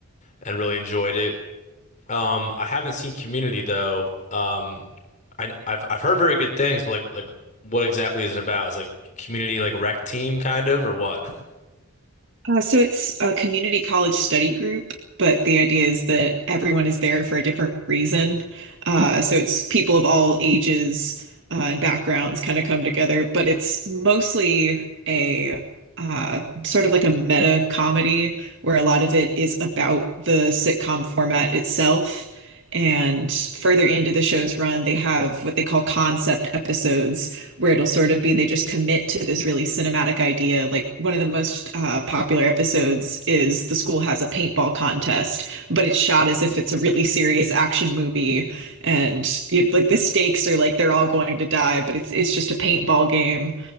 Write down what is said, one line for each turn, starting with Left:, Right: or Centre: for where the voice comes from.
Left: and really enjoyed it. Um, I haven't seen Community though. Um, I, I've, I've heard very good things, but like, like what exactly is it about? Is like Community like rec team kind of or what? <laughs>
Right: Uh, so it's a community college study group, but the idea is that everyone is there for a different reason. Uh, so it's people of all ages uh, and backgrounds kind of come together, but it's mostly a uh, sort of like a meta comedy where a lot of it is about the sitcom format itself. And further into the show's run, they have what they call concept episodes where it'll sort of be they just commit to this really cinematic idea. Like one of the most uh, popular episodes is the school has a paintball contest, but it's shot as if it's a really serious action movie, and you like the stakes are like they're all going to die, but it's it's just a paintball game.